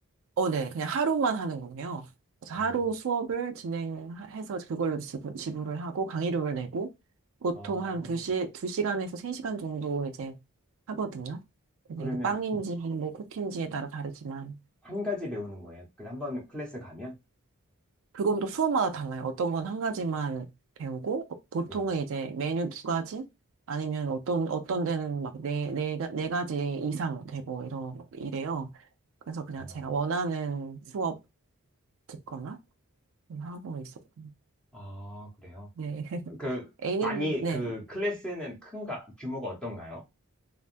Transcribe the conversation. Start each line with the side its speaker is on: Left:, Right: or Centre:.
Right: 어, 네. 그냥 하루만 하는군요. 그래서
Centre: 아,
Right: 하루 수업을 진행해서 그걸로 지불, 지불을 하고 강의료를 내고 보통
Centre: 아,
Right: 한 2시, 두 시간에서 3시간 정도 이제 하거든요. 근데
Centre: 그러면
Right: 이제 빵인지 뭐 쿠키인지에 따라 다르지만
Centre: 한 가지 배우는 거예요. 그 한 번 클래스 가면?
Right: 그건 또 수업마다 달라요. 어떤 건 한 가지만 배우고 어, 보통은
Centre: 네.
Right: 이제 메뉴 두 가지 아니면 어떤 어떤 데는 막 네, 네, 가- 네 가지 이상 되고 이러 이래요. 그래서 그냥
Centre: 어,
Right: 제가 원하는 수업 듣거나 하고 있었어요.
Centre: 아, 그래요?
Right: 네. <laughs>
Centre: 그,
Right: A님은,
Centre: 많이,
Right: 네.
Centre: 그 클래스는 큰가, 규모가 어떤가요?